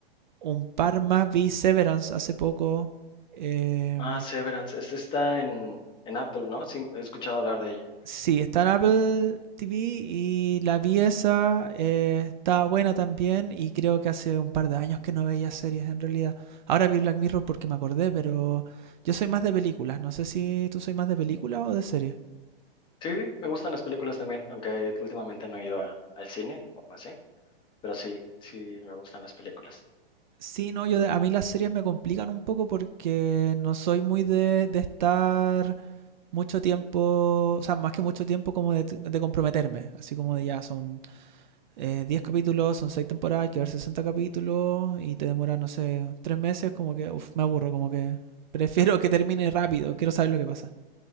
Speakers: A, on the right; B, on the left.
A: un par más, vi Severance hace poco. eh,
B: Ah, Severance, esta está en, en Apple, ¿no? Sí, he escuchado hablar de ella.
A: Sí, está en Apple TV y la pieza está buena también y creo que hace un par de años que no veía series en realidad. Ahora vi Black Mirror porque me acordé, pero yo soy más de películas. No sé si tú soy más de películas o de series.
B: Sí, sí, me gustan las películas también, aunque últimamente no he ido a- al cine o así, pero sí, sí me gustan las películas.
A: Sí, no, yo de- a mí las series me complican un poco porque no soy muy de, de estar mucho tiempo, o sea, más que mucho tiempo como de, de comprometerme, así como de ya son eh, 10 capítulos, son 6 temporadas, hay que ver 60 capítulos y te demoras, no sé, 3 meses, como que, uff, me aburro, como que prefiero que termine rápido, quiero saber lo que pasa.